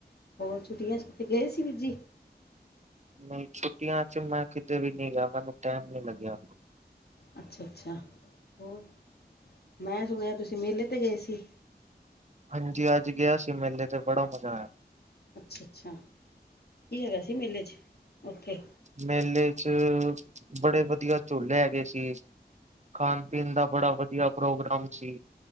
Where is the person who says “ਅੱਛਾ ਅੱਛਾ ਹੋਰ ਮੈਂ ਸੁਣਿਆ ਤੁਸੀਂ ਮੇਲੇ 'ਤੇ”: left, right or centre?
Left